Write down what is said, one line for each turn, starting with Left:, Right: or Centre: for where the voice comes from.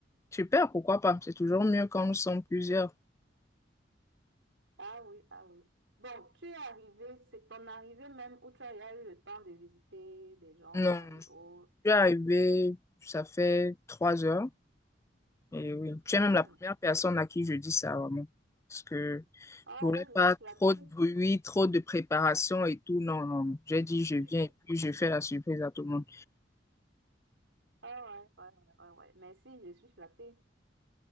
Left: Super, pourquoi pas? C'est toujours mieux quand nous sommes plusieurs.
Right: Ah oui, ah oui. Bon, tu es arrivé, c'est ton arrivée même où tu as déjà eu le temps de visiter des gens
Left: Non,
Right: et
Left: je
Right: autres.
Left: suis arrivée, ça fait trois heures. Et oui, tu
Right: Hmm.
Left: es même la première personne à qui je dis ça, vraiment. Parce que
Right: Ah,
Left: je voulais
Right: je
Left: pas
Right: suis flattée.
Left: trop de bruit, trop de préparation et tout. Non, non, non. J'ai dit je viens
Right: <laughs>
Left: et puis je fais la surprise à tout le monde.
Right: Ah ouais, ouais, ouais, ouais, ouais. Merci, je suis flattée.